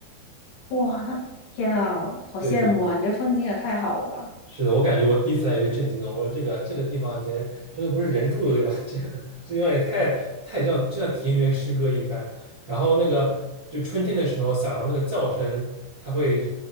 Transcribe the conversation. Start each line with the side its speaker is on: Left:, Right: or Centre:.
Left: 哇，那天啊，好羡慕啊！
Right: 对对，
Left: 你这风景也太好了吧？
Right: 是的，我感觉我第一次来也被震惊了，我说这个这个地方简直真的不是人住的对吧？<laughs> 这个这地方也太太像就像田园诗歌一般。然后那个就春天的时候，小羊那个叫声，它会